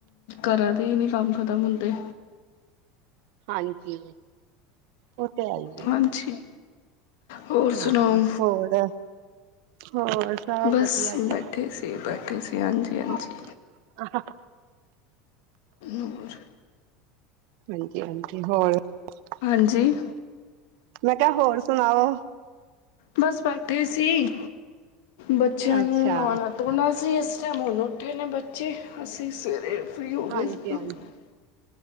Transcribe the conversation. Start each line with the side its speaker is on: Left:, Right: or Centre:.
Left: ਘਰਾਂ ਦੇ ਹੀ ਨੀ ਕੰਮ! ਖਤਮ ਹੁੰਦੇ
Right: ਹਾਂਜੀ। ਉਹ ਤੇ ਹੈਈਏ।
Left: ਹਾਂਜੀ ਹੋਰ ਸੁਣਾਓ
Right: ਹਾਂ ਹੋਰ। ਹੋਰ ਸਭ
Left: ਬਸ
Right: ਵਧੀਆ ਜੀ।
Left: ਬੈਠੇ ਸੀ ਬੈਠੇ ਸੀ ਹਾਂਜੀ ਹਾਂਜੀ
Right: ਹ <inaudible>
Left: ਹੋਰ
Right: ਹਾਂਜੀ ਹਾਂਜੀ ਹੋਰ <inaudible>
Left: ਹਾਂਜੀ।
Right: ਮੈਂ ਕਿਹਾ ਹੋਰ ਸੁਣਾਓ।
Left: ਬਸ ਬੈਠੇ ਸੀ। ਬੱਚਿਆਂ
Right: ਅੱਛਾ।
Left: ਨੂੰ ਨਵਾਉਣਾ ਤੇਨਾ <unintelligible> ਅਸੀਂ ਇਸ ਟਾਈਮ ਹੁਣ ਉੱਠੇ ਨੇ ਬੱਚੇ ਅਸੀਂ ਸਵੇਰੇ। ਫਰੀ ਹੋਗੇ
Right: ਹਾਂਜੀ
Left: ਸੀ ਨਾ?
Right: ਹਾਂਜੀ
Left: <unintelligible>